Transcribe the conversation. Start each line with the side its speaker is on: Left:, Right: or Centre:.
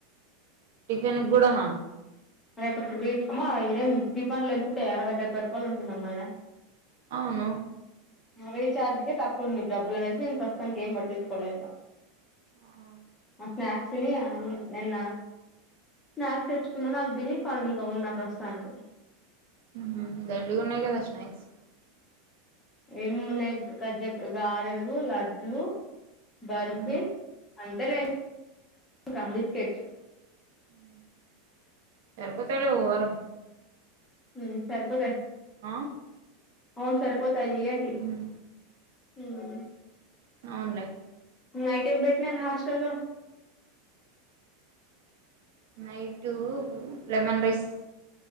Right: టిఫెన్ గూడన
Left: రేపటికి లీవ్ అమ్మో ఇదేం తిపాలు ఎంతుంటయి అరవై డెబ్బై రూపాయలు ఉంటుందమ్మా ఇక్కడ
Right: అవును
Left: ఆ రీఛార్జ్ కే తక్కువ ఉంది మీకు డబ్బులు అనేసి నేను ప్రస్తుతానికి ఏం పట్టించుకోలేదు ఇక
Right: ఉమ్
Left: స్నాక్స్ తిని నిన్న స్నాక్స్ తెచ్చుకున్న అవి తిని పనుకొని ఉన్న ప్రస్తుతనికి
Right: ఉమ్ హు దండిగున్నాయి కదా స్నాక్స్కి
Left: ఏం ఏమున్నాయి గజ్జపు గారెలు లడ్లు బర్ఫీ
Right: మ్మ్
Left: అంతేలే ఆ ఇంక బిస్కెట్స్
Right: ఉమ్ సరిపోతాయిలె ఓ వారం
Left: ఉమ్ సరిపోతాయి
Right: ఆ
Left: అవును సరిపోతాయి అంటి
Right: మ్మ్
Left: హుమ్
Right: అవునులే
Left: నైట్ ఏం పెట్టినరు హాస్టల్ లో
Right: నైటూ లెమన్ రైస్